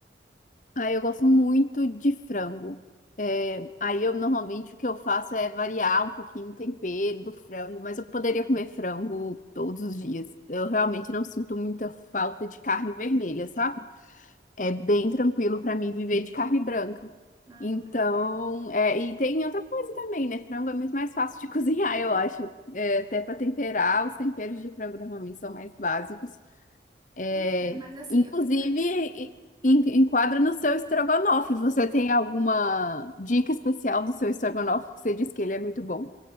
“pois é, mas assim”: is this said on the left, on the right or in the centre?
Right